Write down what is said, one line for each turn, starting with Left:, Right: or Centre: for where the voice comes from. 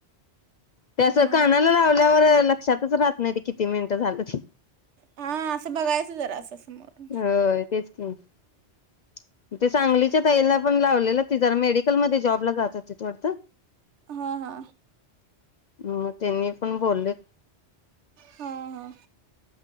Left: ते असं
Right: मग
Left: कानाला लावल्यावर लक्षातच राहत नाही ते किती मिनट झालं. ते
Right: हा असं बघायचं जरा असं समोर
Left: होय तेच की ते सांगलीच्या ताईला पण लावलेलं ती जरा मेडिकलमध्ये जॉबला जात होतीत वाटतं.
Right: हा हा
Left: म त्यांनी पण बोलेत.
Right: हा हा